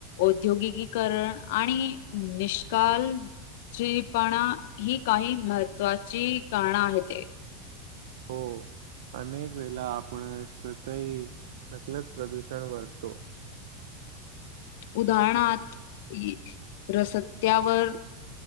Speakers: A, on the left (about 65°); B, on the right (about 80°).
A: औद्योगिकीकरण आणि निष्काल जीपणा ही काही महत्वाची कारण आहेत. <unintelligible>
B: हो, अनेक वेला आपण स्वतःही नकलच प्रदूषण वाढतो
A: उदाहरणात इ रसत्यावर